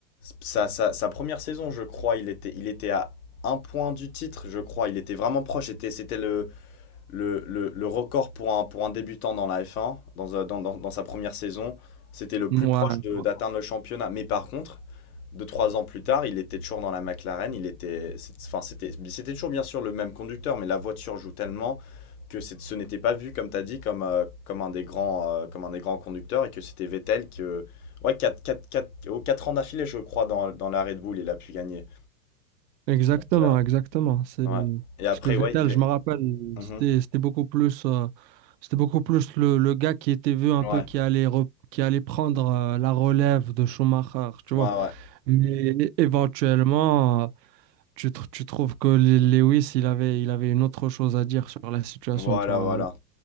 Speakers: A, on the left; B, on the right.
A: sa, sa, sa première saison, je crois, il était, il était à un point du titre, je crois. Il était vraiment proche. C'était, c'était le, le, le, le record pour un, pour un débutant dans la F1, dans, un- dans, dans- dans sa première saison, c'était le plus
B: Ouais. Ouais.
A: proche de- d'atteindre le championnat. Mais par contre, deux, trois ans plus tard, il était toujours dans la McLaren. Il était, c'est- enfin, c'était, c'était toujours bien sûr le même conducteur, mais la voiture joue tellement que c'est- ce n'était pas vu, comme tu as dit, comme, euh, comme, un des grands, euh, comme un des grands conducteurs et que c'était Vettel que. Ouais, quatre quatre quatre- oh, quatre ans d'affilée, je crois, dans, dans la Red Bull, il a pu gagner.
B: Exactement,
A: Donc, euh,
B: exactement. C'est
A: ouais. Et après,
B: parce que Vettel,
A: ouais, il
B: je
A: est.
B: me rappelle,
A: Mhm.
B: c'était c'était beaucoup plus euh, c'était beaucoup plus le, le gars qui était vu un
A: Ouais,
B: peu qui allait re- qui allait prendre euh, la relève de Schumacher, tu
A: ouais,
B: vois.
A: ouais.
B: Mais é- éventuellement, euh, tu, tr- tu trouves que L- Lewis, il avait, il avait une autre chose à dire sur la situation,
A: Voilà,
B: tu vois.
A: voilà.